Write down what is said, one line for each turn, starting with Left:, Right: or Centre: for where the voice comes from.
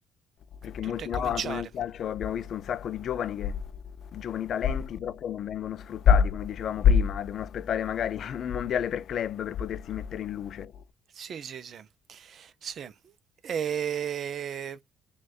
Left: Perché
Right: tutto
Left: molti
Right: è
Left: no,
Right: cominciare.
Left: anche nel calcio abbiamo visto un sacco di giovani che, giovani talenti, però poi non vengono sfruttati, come dicevamo prima, devono aspettare magari <laughs> un mondiale per club per potersi mettere in luce.
Right: Sì, sì, sì. Sì. E...